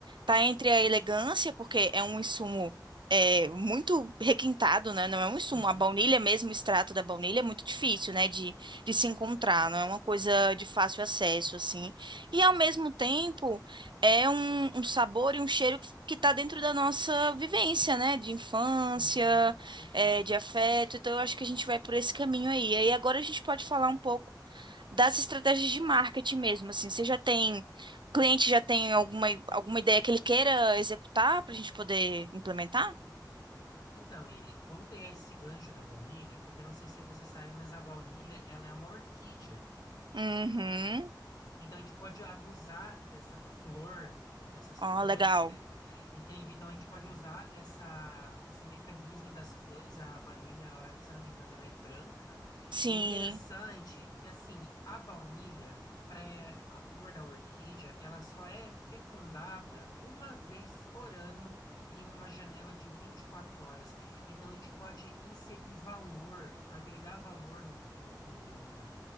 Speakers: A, on the right; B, on the left.
A: Tá entre a elegância, porque é um insumo é, muito requintado, né? Não é um
B: Sim,
A: insumo. A baunilha mesmo, o extrato da baunilha é muito difícil, né? De, de se encontrar, não é uma coisa de fácil acesso, assim. E ao mesmo tempo é um, um sabor e um cheiro que está dentro da nossa vivência, né? De infância,
B: sim, com certeza.
A: é, de afeto. Então eu acho que a gente vai por esse caminho aí. E agora a gente pode falar um pouco das estratégias de marketing mesmo, assim. Você já tem o cliente já tem alguma, alguma ideia que ele queira executar para a gente poder implementar?
B: Então, Iri, vamos pegar esse gancho da baunilha, porque eu não sei se você sabe, mas a baunilha, ela é uma orquídea.
A: Uhum.
B: Então a gente pode abusar dessa flor, dessas
A: Ó,
B: cores,
A: legal.
B: é, entende? Então a gente pode usar essa, esse mecanismo das flores. A baunilha, ela, se eu não me engano, ela é branca.
A: Sim,
B: E é interessante que assim a baunilha, pré, a flor da orquídea, ela só é fecundada uma vez por ano em uma janela de 24 horas. Então a gente pode inserir valor, agregar valor no, no, no